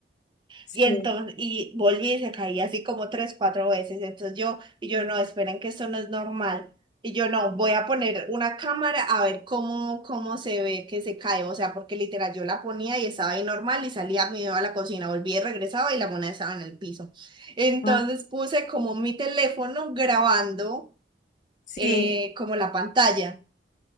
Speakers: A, on the left (about 40°); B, on the right (about 25°).
A: Sí,
B: Y entonces, y volví y se caía así como tres, cuatro veces. Entonces yo, y yo, no, esperen que esto no es normal. Y yo, no, voy a poner una cámara a ver cómo, cómo se ve que se cae. O sea, porque literal yo la ponía y estaba ahí normal y salía, me iba a la cocina, volvía y regresaba y la moneda estaba en el piso. Entonces
A: Ah,
B: puse como mi teléfono grabando
A: sí,
B: eh, como la pantalla.